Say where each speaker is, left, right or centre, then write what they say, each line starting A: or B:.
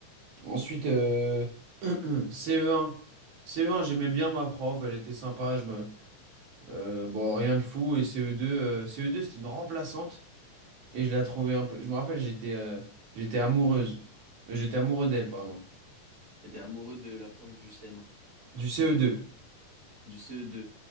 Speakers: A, on the right (about 65°); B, on the right (about 25°).
A: Ensuite, euh, CE1. CE1, j'aimais bien ma prof, elle était sympa. Je me... euh, bon, rien de fou. Et CE2, euh, CE2 c'était une remplaçante. Et je la trouvais un peu. Je me rappelle, j'étais euh, j'étais amoureuse. Euh, J'étais amoureux d'elle, pardon.
B: T'es amoureux de la prof du CM1,
A: Du CE2.
B: du CE2.